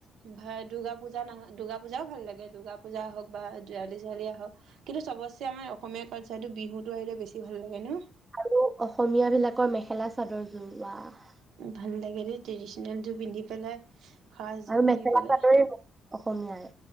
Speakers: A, on the right; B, on the right.
A: ভা দুৰ্গা পূজা নহ দুৰ্গা পূজাও ভাল লাগে, দূৰ্গা পূজা হওঁক বা দেৱালি চেৱালি আহক কিন্তু চবতচে আমাৰ অসমীয়া কালচাৰটোত বিহুটো আহিলে বেছি ভাল লাগে ন?
B: আৰু অসমীয়া বিলাকৰ মেখেলা চাদৰ যোৰ ৱাহ।
A: ভাল দেই ট্ৰেদিচনেল যোৰ পিন্ধি পেলাই সাজযোৰ
B: আৰু
A: পিন্ধি
B: মেখেলা
A: পেলাই
B: চাদৰে <unintelligible> অসমীয়াৰ।